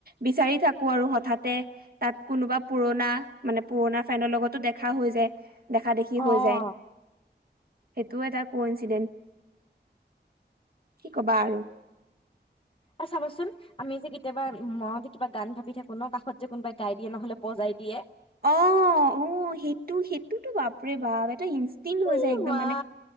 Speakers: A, on the right; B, on the left.
A: বিচাৰি থাকো আৰু হঠাতে। তাত কোনোবা পুৰণা, মানে পুৰণা ফ্ৰেইণ্ড ৰ লগতো দেখা হৈ যায়। দেখা-দেখি হৈ
B: অ
A: যায়। সেইটোও এটা ক-ইনঞ্চিডেণ্ট। কি কবা আৰু
B: অ', চাবাচোন আমি যে কেতিয়াবা মতে, কিবা গান ভাবি থাকো ন কাষত যে কোনোবাই গাই দিয়ে নহলে বজাই দিয়ে
A: অ', সেইটো সেইটোতো বাপ বাপৰে বাপ এটা ইনষ্টিণ্ট হৈ
B: ই
A: যায় একদম
B: মা
A: মানে